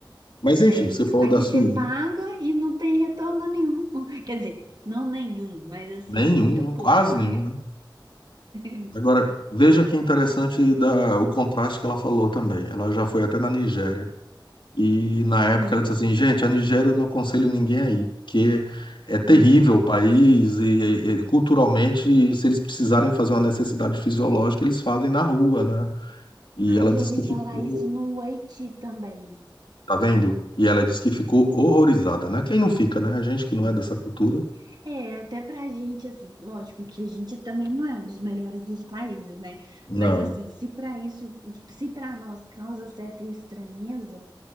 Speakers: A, on the left; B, on the right.
A: Mas enfim,
B: É.
A: você falou
B: Aqui
A: da Suíça,
B: você paga e não tem retorno nenhum. <laughs> Quer dizer, não nenhum, mas assim,
A: nenhum,
B: muito pouco,
A: quase nenhum,
B: né?
A: né?
B: <laughs>
A: Agora, veja que interessante da, o contraste que ela falou também. Ela já foi até na Nigéria. E na época
B: Hum,
A: ela disse assim, gente, a Nigéria eu não aconselho ninguém aí, porque é terrível
B: hum.
A: o país e, e- e culturalmente, se eles precisarem fazer uma necessidade fisiológica, eles fazem na rua, né? E
B: Ai,
A: ela
B: já
A: disse
B: ouvi
A: que ficou,
B: falar isso no Haiti também.
A: tá vendo? E ela disse que ficou horrorizada, né? Quem não fica, né? A gente que não
B: É.
A: é dessa cultura.
B: É, até pra gente, assim, lógico que a gente também não é um dos melhores dos países, né?
A: Não.
B: Mas, assim, se para isso, se para nós causa certa estranheza,